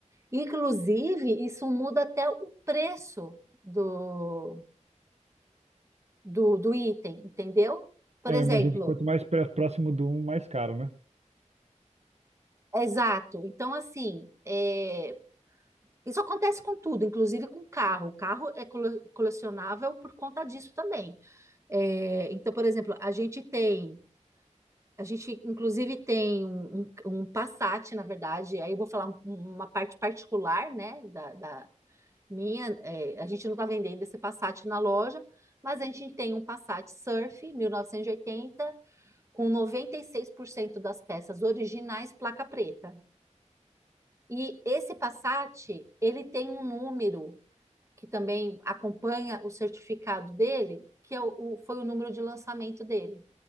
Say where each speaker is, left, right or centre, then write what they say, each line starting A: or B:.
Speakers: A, on the right; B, on the right.
A: Inclusive, isso muda até o preço do, do, do item, entendeu? Por
B: É,
A: exemplo,
B: imagino que quanto mais pré- próximo do um, mais caro, né?
A: exato. Então, assim, é, isso acontece com tudo, inclusive com carro. O carro é cole- colecionável por conta disso também. É, então, por exemplo, a gente tem. A gente, inclusive, tem um, um, um Passat, na verdade, aí eu vou falar um- uma parte particular, né, da, da- Minha, é, a gente não está vendendo esse Passat na loja, mas a gente tem um Passat Surf 1980 com 96% das peças originais placa preta. E esse Passat, ele tem um número que também acompanha o certificado dele, que é o, o- foi o número de lançamento dele.